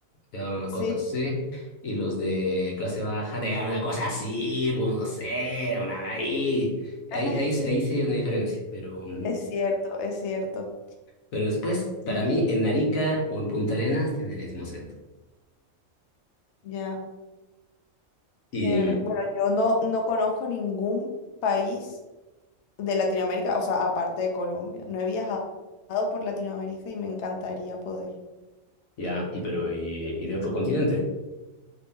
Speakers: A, on the left (about 75°); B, on the left (about 65°).
A: te dan una
B: Sí,
A: cosa así, y los de clase baja te dan una cosa así, pues no sé, una ahí. Ahí,
B: <laughs>
A: ahí, ahí sí hay una diferencia, pero, mm,
B: es cierto, es cierto.
A: pero después,
B: Sí,
A: para mí, en Arica o en Punta Arenas tiene el mismo acento.
B: ya.
A: Y
B: Chévere. Bueno, yo no, no conozco ningún país de Latinoamérica, o sea, aparte de Colombia. No he viajado por Latinoamérica y me encantaría poder.
A: ya, y pero, y, y de otro continente.